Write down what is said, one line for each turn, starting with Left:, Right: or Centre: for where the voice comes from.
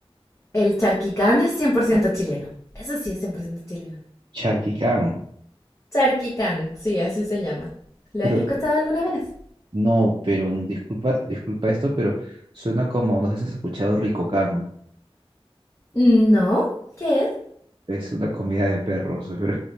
Left: el charquicán es 100% chileno. Eso sí es 100% chileno.
Right: Charquicán.
Left: Charky Khan, sí, así se llama. ¿Lo
Right: Pero
Left: has escuchado alguna vez?
Right: No, pero disculpa, disculpa esto, pero suena como, no sé si has escuchado ricocán,
Left: No, ¿qué es?
Right: es una comida de perros, <laughs> pero,